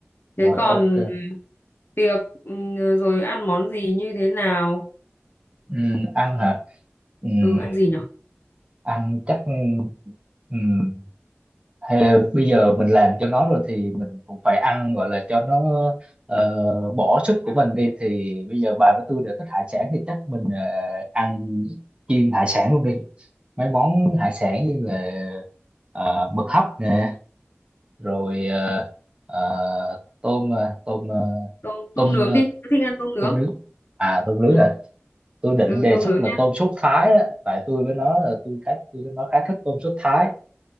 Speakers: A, on the left; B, on the right.
A: thế
B: rồi
A: còn
B: ok
A: tiệc ừ, rồi ăn món gì như thế nào
B: Ừm, ăn hả Ừm,
A: ừ ăn gì nhở
B: ăn chắc ừm, Hay bây giờ mình làm cho nó rồi thì mình cũng phải ăn gọi là cho nó ờ, bỏ sức của mình đi thì bây giờ bà với tôi đều thích hải sản thì chắc mình ờ, ăn chiên hải sản luôn đi mấy món hải sản như là ờ, mực hấp nè rồi ờ, ờ, tôm ờ, tôm ờ,
A: tôm
B: tôm
A: tôm nướng
B: ờ,
A: đi tôi thích ăn tôm nướng
B: tôm nướng à tôm nướng
A: ừ,
B: à tôi định
A: ừ
B: đề
A: tôm
B: xuất
A: nướng
B: là tôm sốt Thái á tại tôi với nó là tôi khá tôi với nó khá thích tôm sốt Thái